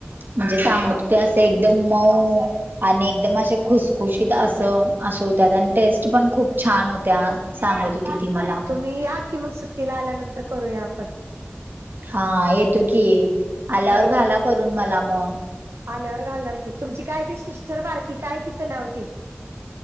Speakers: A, on the right; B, on the right.
A: म्हणजे सांगत
B: अ
A: हुत्या असं एकदम मऊ आणि एकदम असे खुसखुशीत असं. असं होत्यात आणि टेस्ट पण खूप छान होत्या सांगत होती ती मला.
B: तुम्ही या की मग सुट्टीला आल्यानंतर करूया आपण..
A: हा येतो की आल्यावर
B: ह
A: घाला करून मला. मग
B: आल्यावर घालणार की तुमची काय ती सिस्टर बारकी काय तिचं नाव ती.